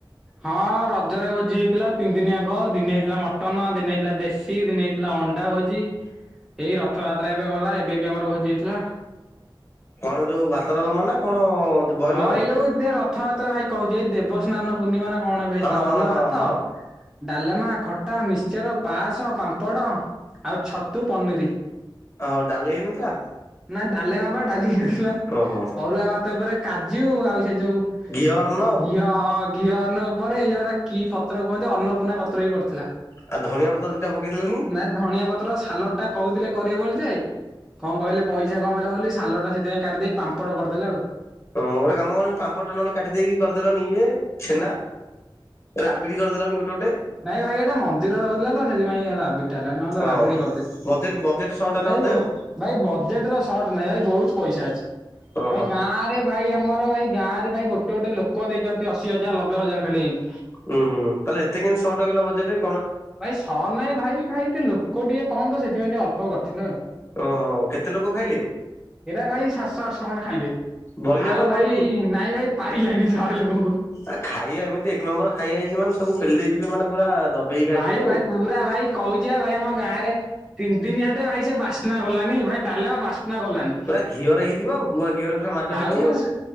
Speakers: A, in the centre; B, on the left.
A: ହଁ ର ଜରେ ଭୋଜି ହେଇଥିଲା। ତିନି ଦିନିଆଙ୍କ। ଦିନେ ହେଇଥିଲା ମଟନ ଦିନେ ହେଇଥିଲା ଦେଶୀ ଦିନେ ହେଇଥିଲା ଅଣ୍ଡା ଭୋଜି। ଏଇ ରଥଯାତ୍ରା ଏବେ ଗଲା। ଏବେ ବି ଆମର ଭୋଜି ହେଇଥିଲା।
B: କଣ ଯୋଉ ଭାତଡାଲମା ନା କଣ ବଏଲର?
A: ହଁ ଏଇ ଯୋଉ ଦେ ରଥଯାତ୍ରା ଭାଇ କହୁଛି। ଏଇ ଦେବସ୍ନାନ ପୂର୍ଣ୍ଣିମା ନା କ କଣ ଏବେ ହେଇଥିଲା?
B: ହଁ ହଁ
A: ଅରୁଆ
B: ହଁ
A: ଭାତ
B: ହଁ
A: ଡାଲେମା ଖଟା ମିକ୍ସଚର ପାଶ ପାମ୍ପଡ। ଆଉ ଛତୁ ପନିରି।
B: ଓହୋ ଡାଲି ହେଇନଥିଲା
A: ନା ଡାଲେମା ବା ଡାଲି ହେଇନଥିଲା।
B: ଓହୋ
A: ଅରୁଆ ଭାତ ଉପରେ ଜିଉ ଆଉ ସେ ଯୋଉ
B: ଘିଅ ଅର୍ଣ୍ଣ ଆଉ
A: ଘିଅ ହ ଘିଅ ଅନ୍ନ ଉପରେ ଏଇ ଯୋଉଟା କି ପତ୍ର କୁହ ନ୍ତି ଅନ୍ନପୂର୍ଣା ପତ୍ର ବି ପଡିଥିଲା।
B: ଆଉ ଧଣିଆ ପତ୍ର ଦିଟା ପକେଇଦେଲେନି।
A: ନାଇଁ ଧଣିଆ ପତ୍ର ତ୍ର ସାଲଟା କହୁଥିଲେ କରିବେ ବୋଲି ଯେ। କଣ କହିଲେ ପଇସା କମ ହେଲା ବୋଲି ସାଲଟା ସେଥିପାଇଁ କାଟିଦେଇ ପାମ୍ପଡ କରିଦେଲେ ଆଉ।
B: ହଁ ଗୋଟେ କାମ କଲନି ପାମ୍ପଡ ଟା ନଲେ କାଟିଦେଇକି କରିଦେଲନି ଇଏ। ଛେନା ରାବିଡି କରିଦେଲନି ଗୋଟେ ଗୋଟେ
A: ନାଇଁ ଭାଇ ଏଟା ମନ୍ଦିର ର ହଉଥିଲା ତ ସେଥିପାଇଁ ଇଆର ଆବିର୍ ହେଲା ନହେଲେ
B: ହଁ
A: ରାବିଡି କରିଦ
B: ବଜେଟ ବଜେଟ ସର୍ଟ ହେଲା
A: ଭାଇ
B: ବୋଧେ ଆଉ।
A: ଭାଇ ବଜେଟରେ ସଟ ନାଇଁ। ଭାଇ ବହୁତ ପଇସା ଅଛି।
B: ଓହୋ
A: ଭାଇ ଗାଁ ରେ ଭାଇ ଆମର ଭାଇ ଗାଁ ରେ ଭାଇ ଗୋଟେ ଗୋଟେ ଲୋକ ଦେଇଛନ୍ତି ଅଶୀ ହ ର ଲବେ ହଜାର ଖାଲି ଏମିତି।
B: ହୁଁ ହୁଁ ତାହେଲେ ଏତେ କେମିତି ସର୍ଟ ହେଇଗଲା ବଜେଟେ।
A: ଭାଇ ସଟ ନାଇଁ ଭାଇ ଭାଇ ଟେ ଲୋକ ଟିକେ କମ ତ ସେଥିପାଇଁ ଟିକେ ଅଳ୍ପ କରିଥିଲ ଆଉ।
B: ଓହୋ କେତେ ଲୋକ ଖାଇଲେ?
A: ଏରା ଭାଇ ସାତଶହ ଆଠଶହ ଖଣ୍ଡ ଖାଇଲେ।
B: ବଳିଲା
A: ଆଉ
B: ନା
A: ଭାଇ
B: ବଳିନି?
A: ନାଇଁ ଭାଇ ପାଇଲାନି ଶହେ ଲୋକଙ୍କୁ।
B: ଆ ଖାଇବା ଏମିତି ଏକ ନମ୍ବର ଖାଇବା ହେଇଛି ମାନେ ସବୁ ପେଲି ଦେଇଥିବେ। ମାନେ ପୁରା ଦବେଇକି ଖାଇଥିବେ
A: ଭାଇ
B: ଆଉ।
A: ପାଇ ପୁରା ଭାଇ କହୁଛି ବା ଭାଇ ଆମ ଗାଁ ରେ ତିନି ଆ ବେ ଯାଏଁ ସେ ବାସ୍ନା ଗଲାନି ଭାଇ ଡାଲେମା ବାସ୍ ନା ଗଲାନି,
B: ପୁରା ଘିଅରେ ହେଇଥିବ ଆଉ ଗୁଆ ଘିଅରେ ପୁରା ମାଡ ହେଇଛି
A: ଆଉ ସୂ